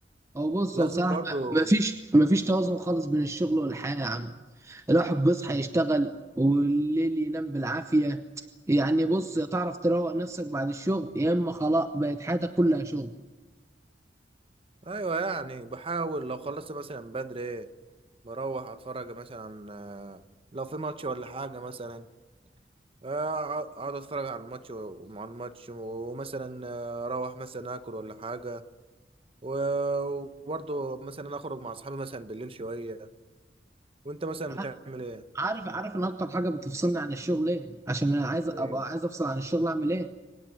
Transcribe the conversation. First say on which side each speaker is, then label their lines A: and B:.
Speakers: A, on the right; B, on the right.
A: هو بص
B: لازم
A: هو بصراحة
B: برضه
A: ما فيش ما فيش توازن خالص بين الشغل والحياة يا عم الواحد بيصحى يشتغل والليل ينام بالعافية يعني بص تعرف تروق نفسك بعد الشغل يا اما خلاص بقت حياتك كلها شغل
B: أيوة يعني بحاول لو خلصت مثلا بدري بروح أتفرج مثلا آه، لو في ماتش ولا حاجة مثلا آه، اقعد اتفرج على الماتش و- ومع الماتش ومثلا آه، اروح مثلا اكل ولا حاجه و- وبرضه مثلا اخرج مع اصحابي مثلا بالليل شويه وانت مثلا
A: ع-
B: بتعمل ايه
A: عارف عارف ان اكتر حاجة بتفصلني عن الشغل ايه عشان انا عايز ابقى
B: ايه
A: عايز افصل عن الشغل اعمل ايه